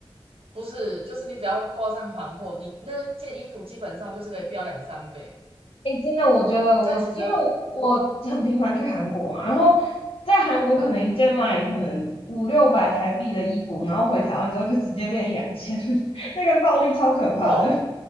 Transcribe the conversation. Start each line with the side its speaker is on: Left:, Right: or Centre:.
Right: 不是，就是你只要挂上韩货，你那件衣服基本上就是可以标两三倍，
Left: 哎，真的，我觉得我因为我很频繁去韩国嘛，
Right: 但其实
Left: 然后在韩国可能一件卖可能五六百台币的衣服，然后回台湾之后就直接变一两千，<laughs> 那个暴利超可怕的。
Right: 哇，